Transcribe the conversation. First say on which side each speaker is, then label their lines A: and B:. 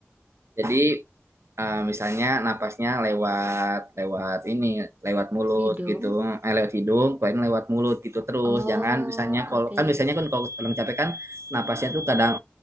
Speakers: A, on the right; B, on the right.
A: jadi eh, misalnya napasnya lewat lewat ini lewat mulut
B: Hidung.
A: gitu eh, lewat hidung keluarin lewat mulut gitu terus
B: Oh,
A: jangan misalnya
B: oke.
A: kalau kan biasanya kan kalau orang capek kan napasnya tuh kadang